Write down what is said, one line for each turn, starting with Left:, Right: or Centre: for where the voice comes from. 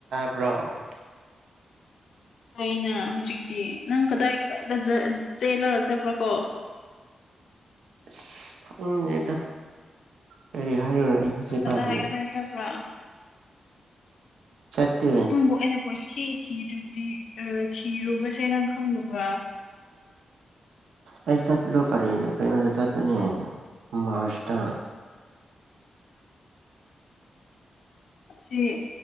Right: ꯕ꯭ꯔꯣ
Left: ꯑꯩꯅ ꯍꯧꯖꯤꯛꯇꯤ ꯅꯪ ꯀꯗꯥꯏ ꯀꯗꯥꯏꯗ ꯆꯦꯜꯂꯒ ꯆꯠꯄ꯭ꯔꯥ ꯀꯣ
Right: ꯑꯁ ꯈꯪꯘꯦꯘ ꯀꯔꯤ ꯍꯥꯏꯔꯨꯔꯅꯤ ꯍꯧꯖꯤꯛꯀꯥꯟꯗꯤ
Left: ꯎꯝ ꯀꯗꯥ ꯀꯘꯥꯏ ꯆꯠꯄ꯭ꯔ
Right: ꯆꯠꯇꯦ
Left: ꯅꯪꯕꯨ ꯑꯩꯅ ꯀꯣꯏꯊꯤ ꯊꯤꯔꯎꯕꯗꯤ ꯊꯤꯔꯨꯕꯁꯦ ꯅꯪ ꯈꯪꯗꯕ꯭ꯔꯥ
Right: ꯑꯩ ꯆꯠꯄꯗꯣ ꯀꯔꯤꯅ ꯀꯩꯅꯣꯗ ꯆꯠꯄꯅꯦ ꯃꯥꯔ꯭ꯁꯇ
Left: ꯁꯤ